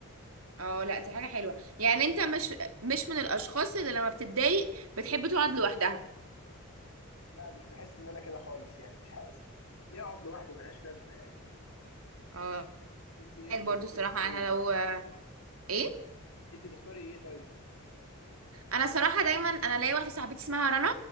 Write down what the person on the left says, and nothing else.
لا مش بحس ان انا كده خالص يعني مش حاسس ليه اقعد لوحدي ملهاش لازمه يعني
انت ايه
طيب
انت
تختاري
ايه
انت تختاري ايه طيب